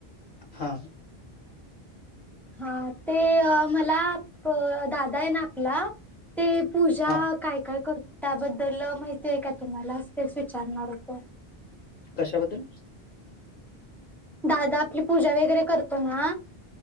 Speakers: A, on the left; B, in the centre.
A: हा
B: हा ते अ मला दादा आहे ना आपला ते पूजा
A: हा
B: काय काय करतो त्याबद्दल माहिती आहे का तुम्हाला? तेच विचारणार होते.
A: कशाबद्दल?
B: दादा आपली पूजा वगैरे करतो ना